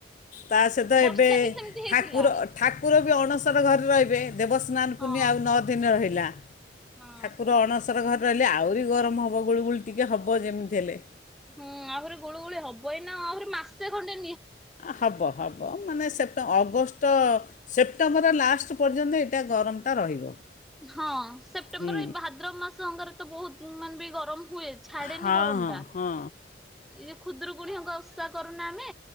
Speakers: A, on the left; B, in the centre.
A: ତା ସହିତ
B: ବର୍ଷା
A: ଏବେ
B: ବି ସେମିତି ହେଇଥିଲା
A: ଠାକୁର ଠାକୁର ବି ଅଣ ସର ଘରେ ରହିବେ। ଦେବସ୍ନାନ
B: ହଁ
A: ପୂର୍ଣ୍ଣିମା
B: ହଁ।
A: ଆଉ ନଅ ଦିନ ରହିଲା
B: ହଁ
A: ଠାକୁର ଅଣସର ଘରେ ରହିଲେ ଆହୁରି ଗରମ ହବ ଗୁଳୁ ଗୁଳି ଟିକେ ହବ ଯେମିତି ହେଲେ।
B: ହୁଁ ଆହୁରି ଗୁଳୁ ଗୁଳି ହବ ଏଇନା ଆହୁରି ମାସେ ଖଣ୍ଡେ
A: ହବ ହବ ମାନେ ସେତ ଅଗଷ୍ଟ ସେପ୍ଟେମ୍ବର ଲାଷ୍ଟ୍ ପର୍ଯ୍ୟନ୍ତ ଏଇଟା ଗରମଟା ରହିବ।
B: ହଁ ସେପ୍ଟେମ୍ବର
A: ହୁଁ
B: ଏଇ ଭାଦ୍ରମାସଙ୍କରେ ତ ବହୁତ ମାନେ ବି ଗରମ ହୁଏ ଛାଡ଼େନି
A: ହଁ
B: ଗରମ
A: ହଁ
B: ଟା।
A: ହଁ
B: ଇଏ ଖୁଦୁରୁକୁଣୀ ଏକା ଓଷା କରୁନା ଆମେ।